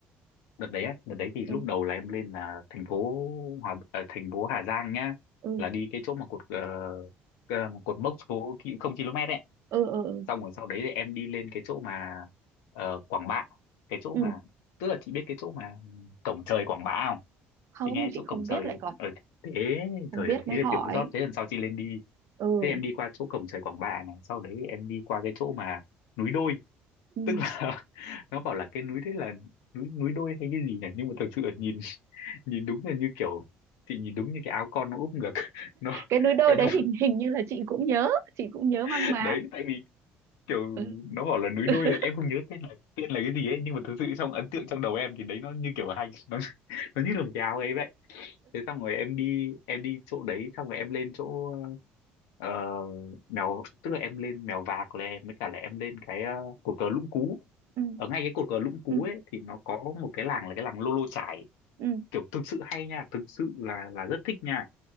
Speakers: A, on the left; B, on the right.
A: đợt đấy á đợt đấy thì
B: ừ
A: lúc đầu là em lên là thành phố Hòa ờ, thành phố Hà Giang nhá
B: ừ
A: là đi cái chỗ mà cột ờ, ờ, cột mốc số ki- không km ấy,
B: ừ ừ ừ
A: xong rồi sau đấy thì em đi lên cái chỗ mà ờ, Quảng Bạ cái chỗ
B: ừ.
A: mà tức là chị biết cái chỗ mà cổng trời Quảng Bạ không
B: không
A: chị nghe
B: chị
A: chỗ
B: không
A: cổng trời
B: biết lại còn
A: ở thế
B: không
A: trời
B: biết
A: ơi,
B: mới
A: thế là
B: hỏi
A: thiếu sót thế lần sau chị lên đi
B: ừ,
A: thế em đi qua chỗ cổng trời Quảng Bạ này sau đấy em đi qua cái chỗ mà núi đôi
B: ừ.
A: tức là <laughs> nó bảo là cái núi đấy là núi núi đôi hay cái gì này nhưng mà thực sự là nhìn <laughs> nhìn đúng là như kiểu chị nhìn đúng như cái áo con nó úp ngược <laughs> nó
B: cái núi đôi
A: cái nó-
B: đấy hình hình như là chị cũng nhớ chị cũng nhớ
A: <laughs>
B: mang máng
A: đấy tại vì kiểu
B: ừ.
A: nó bảo là núi
B: <laughs>
A: đôi là em không nhớ tên là tên là cái gì ấy nhưng mà thực sự trong ấn tượng trong đầu em thì đấy nó như kiểu hành nó <laughs> nó như là một cái áo ấy vậy thế xong rồi em đi em đi chỗ đấy xong rồi em lên chỗ ờ, mèo tức là em lên mèo vạc này mới cả là em lên cái ờ, cột cờ Lũng Cú
B: ừ.
A: ở ngay cái cột cờ Lũng Cú
B: ừ
A: ấy thì nó có một cái làng là cái làng Lô Lô Chải
B: ừ
A: kiểu thực sự hay nha thực sự là là rất thích nha